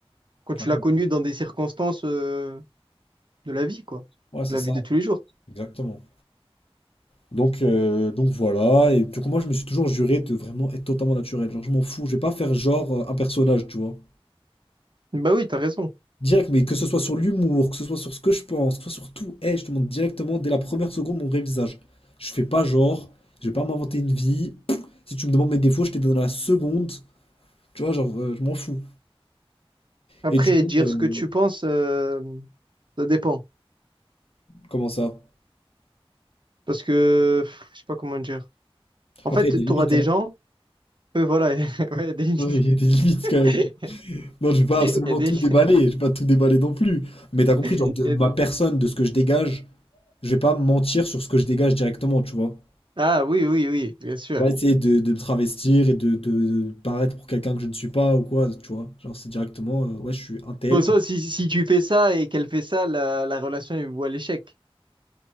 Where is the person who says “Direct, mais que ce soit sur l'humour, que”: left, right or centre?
Left